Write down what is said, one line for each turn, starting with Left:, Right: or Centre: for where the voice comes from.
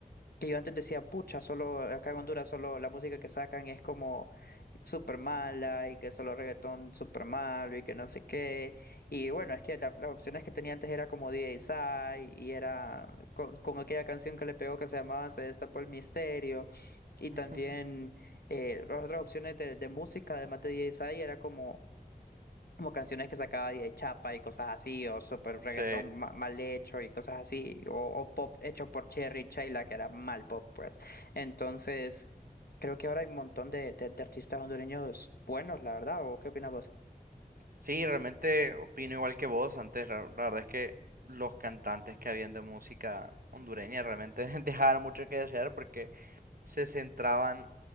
Left: Que yo antes decía, pucha, solo acá en Honduras solo la música que sacan es como súper mala y que solo reggaetón súper malo y que no sé qué. Y bueno, es que la- las opciones que tenía antes era como DJ Sai y era con, con aquella canción que le pegó que se llamaba Se destapó el misterio. Y también
Right: <laughs>
Left: eh, las otras opciones de, de música, además de DJ Sai, era como como canciones que sacaba de Chapa y cosas así, o super reggaetón
Right: Sí,
Left: ma- mal hecho y cosas así, o, o pop hecho por Cherry y Chayla, que era mal pop, pues. Entonces, creo que ahora hay un montón de, de, de artistas hondureños buenos, la verdad, ¿o qué opinas vos?
Right: sí, realmente opino igual que vos antes. La, la verdad es que los cantantes que habían de música hondureña realmente <laughs> dejaban mucho que desear porque se centraban